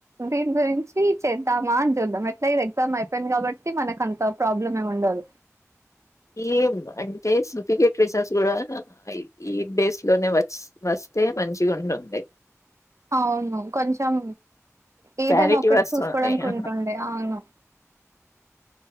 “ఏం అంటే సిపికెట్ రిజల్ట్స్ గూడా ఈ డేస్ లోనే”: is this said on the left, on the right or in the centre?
Left